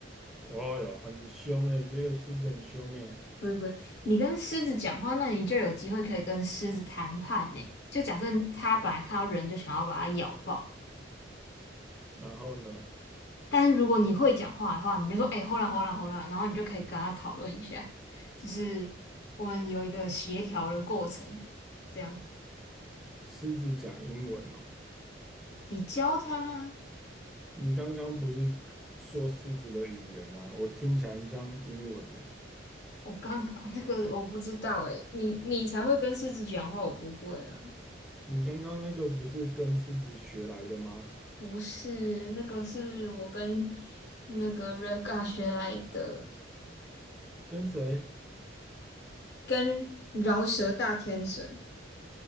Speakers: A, in the centre; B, on the left (about 60°).
A: 哦哟，很凶诶，这个狮子很凶诶。
B: 不是不是，你跟狮子讲话，那你就有机会可以跟狮子谈判呢。就假设它本来看到人就想要把它咬爆。
A: 然后呢，
B: 但是如果你会讲话的话，你就说哎，hold on hold on hold on，然后你就可以跟他讨论一下，就是我们有一个协调的过程，这样
A: 狮子讲英文哦。
B: 你教他。
A: 你刚刚不是说狮子的语言啊？我听起来很像英文呢。
B: 我刚刚那个我不知道诶，你你才会跟狮子讲话，我不会啊。
A: 你刚刚那个不是跟狮子学来的吗？
B: 不是，那个是我跟那个 Raga 学来的，
A: 跟谁？
B: 跟饶舌大天神。